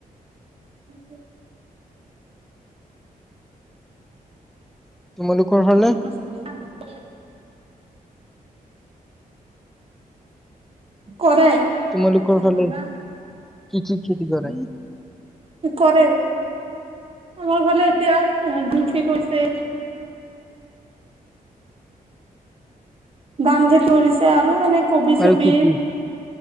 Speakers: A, on the right (about 40°); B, in the centre.
A: কি <unintelligible> আ
B: তোমালোকৰ ফালে?
A: <unintelligible> কৰে ত
B: তোমালোকৰ
A: চিনি
B: ফালে
A: বাৰবা <unintelligible>
B: কি কি খেতি কৰে
A: কৰে আমাৰ ফালে, এতিয়া, ধান খেতি কৰিছে <unintelligible> তৰিছে আৰু এনেকে কবি-চবি
B: আৰু কি কি?